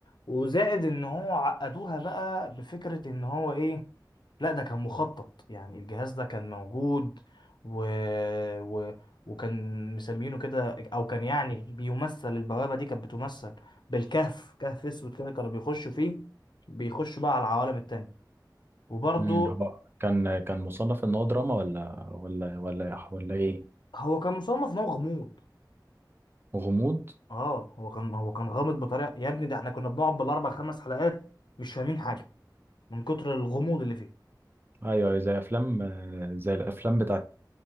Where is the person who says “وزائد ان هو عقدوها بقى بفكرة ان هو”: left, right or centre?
Left